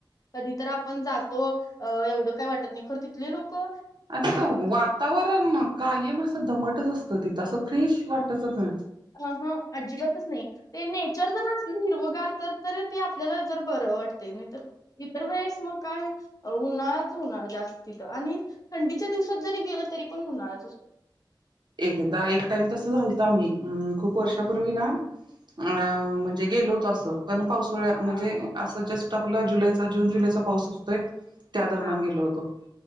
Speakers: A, on the left; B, on the right.
A: कधी तर आपण जातो अ एवढं काय वाटत नाही खरं तिथले लोकं
B: आणि तिथं वातावरण कायम असं दमटच असतं तिथं असं फ्रेश वाटचच नाय.
A: आ हां आजीबातच नाही. ते नेचर जर असलं हिरवगार तर तर ते आपल्याला जर बरं वाटते नाही तर इतर वेळेस मग काय उन्हाळाच उन्हाळा जास् तिथं आणि थंडीच्या दिवसात जरी गेलं तरी पण उन्हाळाच असतो.
B: एकदा एक टाइम तसं झालता आम्ही खूप वर्षापूर्वी ना <unintelligible> म्हणजे गेलो होतं असं. पण पावसाळ्या म्हणजे
A: हा
B: असं जस्ट आपला जुलैचा जून जुलैचा पाऊस असतोय. त्या दरम्यान
A: हा
B: गेलो होतो